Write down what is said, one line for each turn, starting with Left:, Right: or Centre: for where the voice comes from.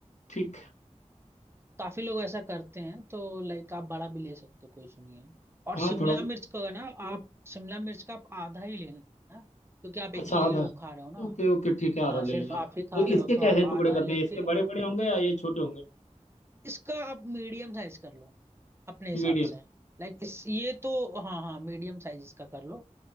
Left: ठीक
Right: काफी लोग ऐसा करते हैं तो लाइक आप बड़ा भी ले सकते हो कोई इशू नहीं है और
Left: हाँ
Right: शिमला
Left: थोड़ा
Right: मिर्च का ना आप शिमला मिर्च का आप आधा ही लेना है, क्योंकि आप एक
Left: अच्छा
Right: ही
Left: आधा
Right: लोग खा रहे हो ना
Left: ओके ओके ठीक है आधा
Right: हाँ
Left: ले
Right: सिर्फ
Left: लेता हूँ
Right: आप ही खा
Left: तो
Right: रहे
Left: इसके
Right: हो तो
Left: कैसे
Right: आप
Left: टुकड़े
Right: आधा
Left: करने
Right: लेके
Left: हैं इसके बड़े बड़े होंगे या ये छोटे होंगे
Right: इसका आप मीडियम साइज कर लो अपने हिसाब
Left: मीडियम
Right: से लाइक इस ये तो हाँ हाँ मीडियम साइज इसका कर लो